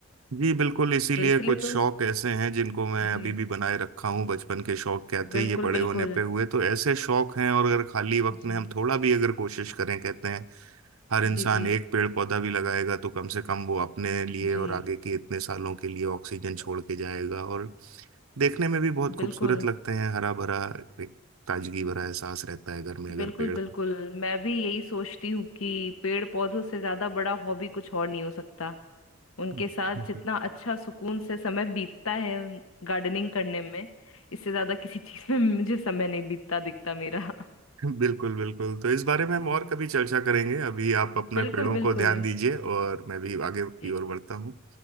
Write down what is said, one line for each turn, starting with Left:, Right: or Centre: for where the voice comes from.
Right: जी बिल्कुल इसीलिए
Left: तो इसलिए
Right: कुछ शौक
Left: तो
Right: ऐसे हैं जिनको मैं
Left: जी
Right: अभी भी बनाए रखा हूँ बचपन के शौक क्या थे
Left: बिल्कुल
Right: ये बड़े
Left: बिल्कुल
Right: होने पे हुए तो ऐसे शौक हैं और अगर खाली वक्त
Left: जी
Right: में हम थोड़ा भी अगर कोशिश करें कहते हैं हर इंसान
Left: जी जी
Right: एक पेड़ पौधा भी लगाएगा तो कम से कम वो अपने लिए
Left: जी
Right: और आगे के इतने सालों के लिए ऑक्सीजन छोड़ के जाएगा और देखने में भी बहुत खूबसूरत
Left: बिल्कुल
Right: लगते हैं हरा भरा एक ताजगी भरा एहसास रहता है घर में अगर
Left: बिल्कुल
Right: पेड़
Left: बिल्कुल
Right: हो
Left: मैं भी यही सोचती हूँ कि पेड़ पौधों से ज्यादा बड़ा हॉबी कुछ और नहीं हो सकता उनके
Right: हम्म,
Left: साथ जितना अच्छा सुकून से समय बीतता है गार्डनिंग करने में इससे ज्यादा किसी चीज में मुझे समय नहीं बीतता दिखता मेरा
Right: बिल्कुल बिल्कुल तो इस बारे
Left: जी
Right: में हम और कभी चर्चा करेंगे अभी आप अपने
Left: बिल्कुल
Right: पेड़ों
Left: बिल्कुल
Right: को ध्यान दीजिए और मैं भी आगे की
Left: जी
Right: ओर बढ़ता हूँ